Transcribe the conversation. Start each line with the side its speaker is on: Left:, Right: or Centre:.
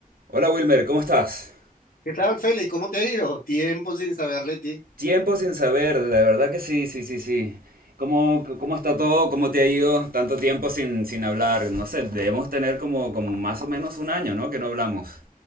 Right: Hola Wilmer, ¿cómo estás?
Left: ¿Qué tal, Félix? ¿Cómo te ha ido? Tiempo sin saber de ti.
Right: Tiempo sin saber, la verdad que sí, sí, sí, sí. ¿Cómo, cómo está todo? ¿Cómo te ha ido tanto tiempo sin, sin hablar? No sé, debemos tener como, como más o menos un año, ¿no? Que no hablamos.